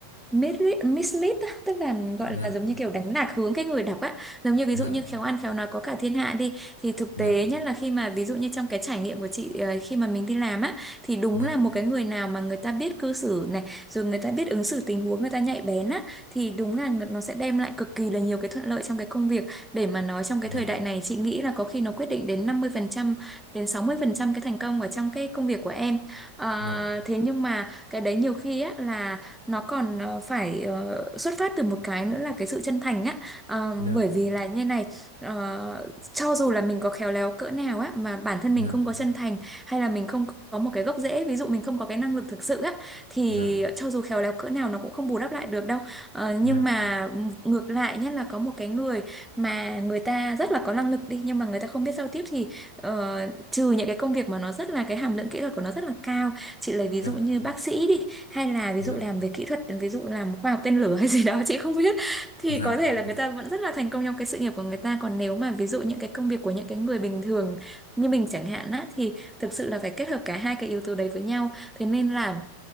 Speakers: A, in the centre; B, on the left.
A: mislead mislead á, tức là
B: dạ
A: gọi là giống như kiểu đánh lạc hướng cái người đọc á giống như ví
B: dạ
A: dụ như khéo ăn khéo nói có cả thiên hạ đi thì thực
B: dạ
A: tế nhất là khi mà ví dụ như trong cái trải nghiệm của chị ờ, khi mà mình đi làm á thì đúng
B: dạ
A: là một cái người nào mà người ta biết cư xử này rồi người ta biết ứng xử tình huống người ta nhạy bén á thì đúng là nó sẽ đem lại cực kỳ là nhiều cái thuận lợi trong cái công việc để mà nói trong cái
B: dạ
A: thời đại này chị nghĩ là có khi nó quyết định đến 50% đến 60% cái thành công ở trong cái công việc của em Ờ,
B: dạ
A: thế nhưng mà cái đấy nhiều khi á là nó còn ờ, phải ờ, xuất phát từ một cái nữa là cái sự chân thành á Ờ,
B: dạ
A: bởi vì là như này ờ, cho dù là mình có khéo léo cỡ nào á mà bản thân
B: dạ
A: mình không có chân thành hay là mình không có một cái gốc rễ ví dụ mình không có cái năng lực thực sự á thì
B: dạ
A: cho dù khéo léo cỡ nào nó cũng không bù đắp lại được đâu Ờ,
B: dạ
A: nhưng mà ngược lại nhất là có một cái người mà người ta rất là có năng lực đi nhưng mà người ta không biết giao tiếp thì ờ, trừ những cái công việc mà nó rất là cái hàm lượng kỹ thuật của nó rất là cao chị lấy ví
B: dạ
A: dụ như
B: dạ
A: bác sĩ đi hay là ví
B: dạ
A: dụ làm về kỹ thuật ví dụ làm khoa học tên lửa hay <laughs> gì đó chị không biết thì
B: dạ
A: có thể là
B: dạ
A: người ta vẫn rất là thành công trong cái sự nghiệp của người ta còn nếu mà ví dụ những cái công việc của những cái người bình thường như mình chẳng hạn á thì thực sự là phải kết hợp cả hai cái yếu tố đấy với nhau thế nên là